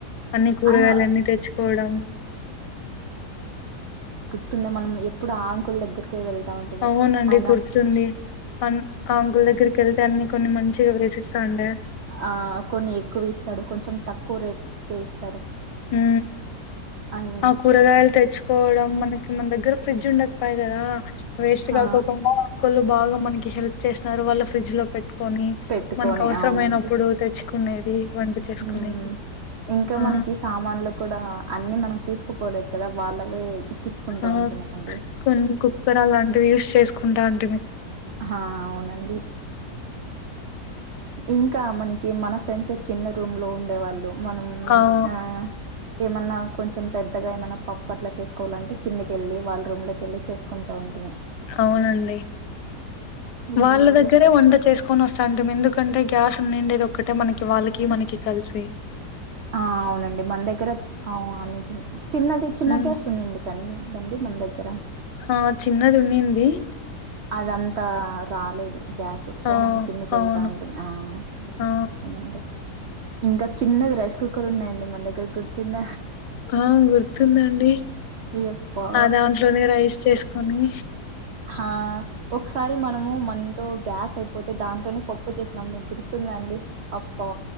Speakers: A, on the left; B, on the right.
A: అన్ని కూరగాయల
B: ఆయన
A: అన్నీ తెచ్చుకోవడం
B: ఉంది మనం ఎప్పుడు ఆంకుల దగ్గరికి వెళ్తా ఉంటుంది
A: అవునండి
B: ఆయన
A: గుర్తుంది అన్ ఆ అంకుల్ దగ్గరికి వెళ్తే అన్ని కొన్ని మంచిగా వేసిస్తాండే
B: ఆ కొన్ని ఎక్కువ ఇస్తాడు కొంచెం తక్కువ రేట్ క ఇస్తా
A: ఊ
B: అన్
A: ఆ కూరగాయలు తెచ్చుకోవడం మన మన దగ్గర ఫ్రిడ్జ్ ఉండపో కద వేస్ట్
B: హా
A: కాకుండా బాగా మనకి హెల్ప్ చేశారు వాళ్ళ ఫ్రిడ్జ్ లో పెట్టుకొని
B: పెట్టుకొని
A: మనకి అవసరమైనప్పుడు
B: అవునండి
A: తెచ్చు కునేది వంట చేసుకునేది
B: ఉమ్ ఇంకా
A: ఆ
B: మనకి సామాన్లు కూడా అన్ని మనం తీసుకుపోలేదు కదా వాళ్ళవే ఇప్పించుకుంటా
A: ఆ
B: ఉంటిమండి
A: కొన్ని కుక్కర్ అలాంటివి యూస్ చేసుకుంటా ఉంటిమీ
B: హా అవునండి ఇంకా మనకి మన ఫ్రెండ్స్ కింద రూమ్ లో ఉండేవాళ్ళు మనం
A: అవు
B: ఆ ఏమన్నా కొంచెం పెద్దగా ఏమైన్నా పప్పు అట్లా చేసుకోవాలంటే కిందికి వెళ్లి వాళ్ళ రూమ్ లోకీ చేసుకుంటా ఉంటా
A: అవునండి
B: అయ్యో
A: వాళ్ళ దగ్గరే వంట చేసుకొని వస్తా అంటే మీందు ఎందుకంటే గ్యాస్ ఉన్నిండేది ఒక్కటే మనకి వాళ్ళకి మనకి కలిసి
B: ఆ అవునండి మన దగ్గర అవు నిజమే చిన్నది చిన్న
A: ఉమ్
B: గ్యాస్ ఉన్నాడి కండి మన దగ్గర
A: ఆ చిన్నది ఉన్నింది
B: అది అంతా రాలేదు గ్యాస్ సో
A: ఆ
B: మనం కిందికి
A: అవును
B: వెళ్తా ఉంటుంది ఆ
A: ఆ
B: అవునండి ఇంకా చిన్నది రైస్ కుక్కర్ ఉన్నాయండి మన దగ్గర గుర్తుంద
A: ఆ గుర్తుందండి
B: యప్పా
A: ఆ దాంట్లోనే రైస్ చేసుకొని
B: ఆ ఒకసారి మనము మనతో గ్యాస్ అయిపోతే దాంట్లోనే పప్పు చేసినాం మీకు గుర్తుంది అండి అప్పా